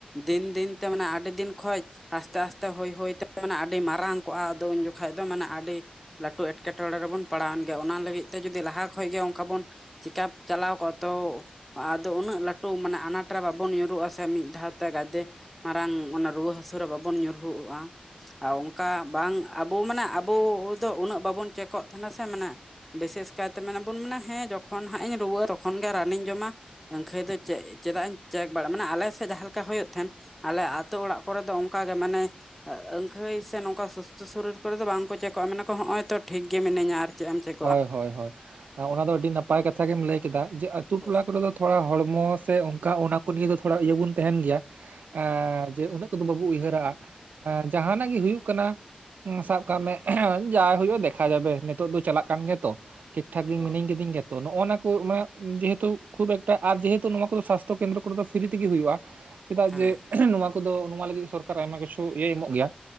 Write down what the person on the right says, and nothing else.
ᱦᱚᱭ ᱦᱚᱭ ᱦᱚᱭ ᱚᱱᱟ ᱫᱚ ᱟᱹᱰᱤ ᱱᱟᱯᱟᱭ ᱠᱟᱛᱷᱟ ᱜᱮᱢ ᱞᱟᱹᱭ ᱠᱮᱫᱟ ᱡᱮ ᱟᱹᱛᱩ
ᱴᱚᱞᱟ ᱠᱚ ᱨᱮ ᱫᱚ ᱛᱷᱚᱲᱟ ᱦᱚᱲᱢᱚ ᱥᱮ ᱚᱱᱠᱟ ᱚᱱᱟ ᱠᱚ ᱱᱤᱭᱮ ᱫᱚ ᱛᱷᱚᱲᱟ ᱤᱭᱟᱹ ᱵᱚᱱ ᱛᱟᱦᱮᱱ ᱜᱮᱭᱟ᱾ ᱮᱸ ᱡᱮ ᱩᱱᱟᱹᱜ ᱠᱚᱫᱚ ᱵᱟᱵᱚ ᱩᱭᱦᱟᱹᱨᱟᱜ-ᱟ ᱮ ᱡᱟᱦᱟᱱᱟᱜ ᱜᱮ ᱦᱩᱭᱩᱜ ᱠᱟᱱᱟ ᱥᱟᱵ ᱠᱟᱜ ᱢᱮ ᱡᱟ ᱦᱩᱭᱩᱜ-ᱟ ᱫᱮᱠᱷᱟ ᱡᱟᱵᱮ ᱱᱤᱛᱚᱜ ᱫᱚ ᱪᱟᱞᱟᱜ ᱠᱟᱱ ᱜᱮᱭᱟ ᱛᱚ ᱴᱷᱤᱠ ᱴᱷᱟᱠ ᱜᱮ
ᱢᱤᱱᱤᱧ ᱠᱤᱫᱤᱧ ᱜᱮᱭᱟ ᱛᱚ ᱛᱚ ᱱᱚᱜ-ᱚ ᱱᱚᱣᱟ ᱠᱚ ᱚᱱᱟ ᱡᱮᱦᱮᱛᱩ ᱠᱷᱩᱵᱽ ᱮᱠᱴᱟ ᱟᱨ ᱡᱮᱦᱮᱛᱩ ᱱᱚᱣᱟ ᱠᱚᱫᱚ ᱥᱟᱥᱛᱷᱚ ᱠᱮᱱᱫᱨᱚ ᱠᱚ ᱨᱮ ᱫᱚ ᱯᱷᱤᱨᱤ ᱛᱮ ᱜᱮ ᱦᱩᱭᱩᱜ-ᱟ᱾ ᱪᱮᱫᱟᱜ
ᱡᱮ ᱱᱚᱶᱟ ᱠᱚ ᱫᱚ ᱱᱚᱣᱟ ᱞᱟᱹᱜᱤᱫ ᱥᱚᱨᱠᱟᱨ ᱟᱭᱢᱟ ᱠᱤᱪᱷᱩ ᱤᱭᱟᱹᱭ ᱮᱢᱚᱜ ᱜᱮᱭᱟ